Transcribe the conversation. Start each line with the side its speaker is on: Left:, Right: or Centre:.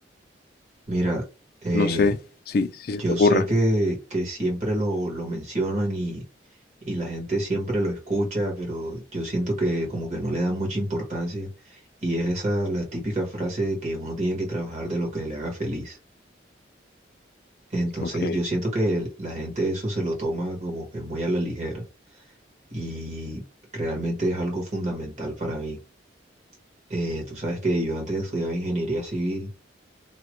Right: Mira, eh,
Left: No sé si, si se
Right: yo
Left: te ocurra.
Right: sé que, que siempre lo, lo mencionan y, y la gente siempre lo escucha, pero yo siento que como que no le dan mucha importancia y es esa la típica frase de que uno tiene que trabajar de lo que le haga feliz. Entonces
Left: Ok.
Right: yo siento que la gente eso se lo toma como que muy a la ligera. y realmente es algo fundamental para mí. Eh, tú sabes que yo antes estudiaba ingeniería civil